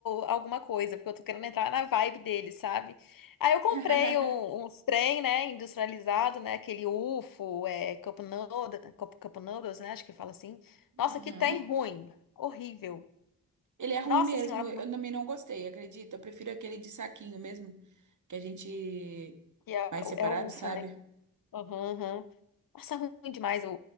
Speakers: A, on the left; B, on the right.
A: alguma coisa, porque eu tô querendo entrar na vibe dele, sabe? Aí eu comprei
B: <laughs>
A: um- uns trem, né? Industrializado, né? Aquele UFO, é, Cup Noodle- Cup- Cup Noodles, né? Acho que fala assim. Nossa,
B: Uhum.
A: que tem ruim. Horrível.
B: Ele é ruim
A: Nossa
B: mesmo.
A: Senhora,
B: Eu também não gostei, acredita? Eu prefiro aquele de saquinho mesmo, que a gente
A: que é,
B: vai
A: é
B: separado,
A: o é o
B: sabe?
A: Funeco. Aham, aham. Nossa, ruim demais o,